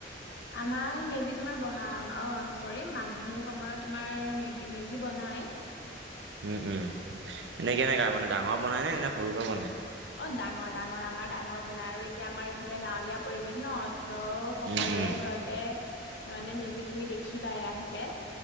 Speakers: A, on the left (about 70°); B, on the right (about 80°).
A: আমাৰ মেজি তোমাৰ বহা অ চৰি মাঘ বিহুৰ সময়ত তোমাৰ মে মেজি বনাই <unintelligible>
B: উম উম এনেকে কেনেকামানে ডাঙৰ বনাই নে নে সৰুকৈ বনাই
A: অ ডাঙৰ ডাঙৰ আমাৰ ডাঙৰ। বনাই আৰু এতিয়া আমাৰ এইফালে গাঁৱলীয়া পৰিৱেশ ন' ত সকলোৰে
B: উম উম
A: ঘৰতে মানে মেজি তুমি দেখিবা এ আহিলে।